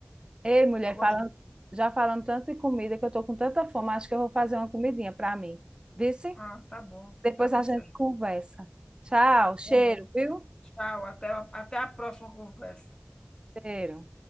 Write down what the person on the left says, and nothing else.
Eu gosto
ah, tá bom,
tá
certo.
Tá bom.
Tchau, até a até a próxima conversa.